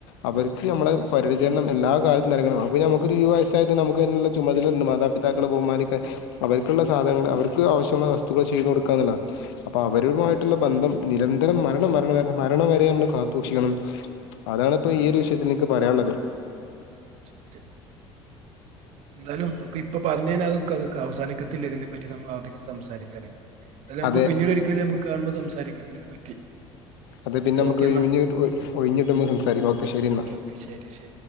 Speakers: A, on the left; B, on the right.
A: അവര്ക്ക് നമ്മള് പരിചരണം എല്ലാ കാലത്തും നൽകണം അപ്പ നമുക്കൊരു <unintelligible> വയസ്സായ തന്നെ നമുക്ക് ചുമതലണ്ട് മാതാപിതാക്കള ബഹുമാനിക്കാൻ അവര് ക്ക്ള്ള സാധനങ്ങൾ അവർക്ക് ആവശ്യമായ വസ്തുക്കൾ ചെയ്ത് കൊടുക്കാന്ന്ള്ള അപ്പ അവരുമായിട്ട്ള്ള ബന്ധം നിരന്തരം മരണം മരണവരെ മരണം വരെ നമ്മള് കാത്തൂക്ഷിക്കണം അതാണ്പ്പൊ ഈയൊരു വിഷയത്തില് നിക്ക് പറയാള്ളത്
B: സത്യം എന്താലും നമുക്ക് ഇപ്പൊ പറഞ്ഞയിഞ്ഞ അതൊക്കക്കവസാനിക്കത്തില്ല ഇതിനെ പറ്റി സം അധികം സംസാരിക്കാന് അത് നമുക്ക്
A: അതെ
B: പിന്നീടൊരിക്കല് നമുക്ക് കാണുമ്പോ സംസാരിക്കാം ഇതിനെ പറ്റി
A: അതെ പിന്നെ
B: ഇപ്പൊ
A: മ്മക്ക്
B: ഓക്കെ
A: ഒഴിഞ്ഞ
B: എന്നാ
A: ഒഴിഞ്ഞ്‌ട്ട്മ്പൊ സംസാരിക്കാം ഓക്കെ ശെരി ന്നാ
B: ഓക്കെ ശരി ശരി